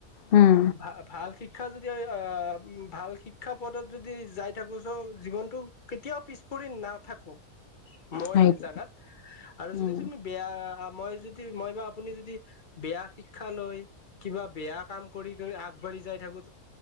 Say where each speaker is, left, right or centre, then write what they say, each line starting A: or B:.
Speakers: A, on the left; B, on the left.
A: উম
B: ভ ভাল শিক্ষ- শিক্ষা যদি আহ ভাল শিক্ষা পদত যদি যাই থাকো চ জীৱনতটো কেতিয়াও পিছপৰি থাকোঁ মই
A: সেইটো
B: জানাত আৰু
A: উম
B: যদি তুমি বেয়া মই যদি মই বা আপুনি যদি বেয়া শিকা লৈ কিবা বেয়া কাম আগবাঢ়ি যাই থাকো